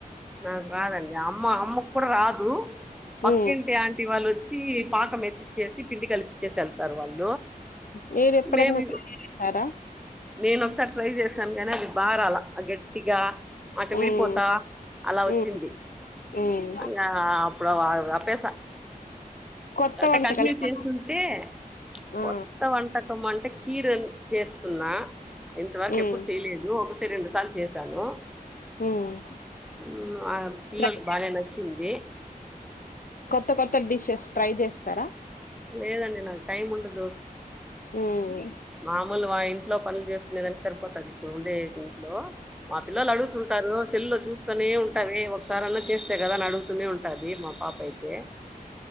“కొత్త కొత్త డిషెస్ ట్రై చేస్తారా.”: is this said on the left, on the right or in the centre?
Left